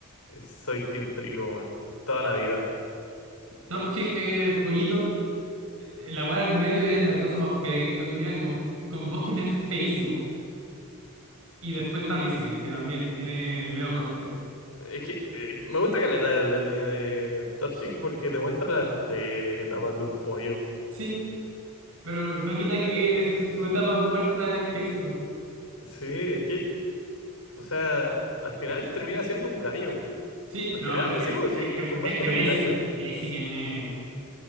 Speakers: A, on the left (about 85°); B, on the right (about 70°).
A: eh, soy Team Trigo, weón, toda la vida.
B: Torchic es pollito. Eh, La weá del medio es la cosa más fea que he visto en mi vida. Con, con Bosken es feísimo. Y después está Blaziken, que también tiene el medio corte.
A: Es que eh, me gusta caleta la línea de Torchic porque te muestra las tres etapas de un pollo.
B: Sí, pero no quita
A: Te-
B: que
A: eh,
B: su, su etapa puberta es feísima.
A: Sí, es que, o sea, al final termina siendo un gallo.
B: Sí,
A: Al
B: no,
A: final,
B: pero es que
A: sí, weón, sí,
B: es que,
A: con Basque
B: es que
A: no
B: Blazi-
A: es un gallo.
B: Blaziken es,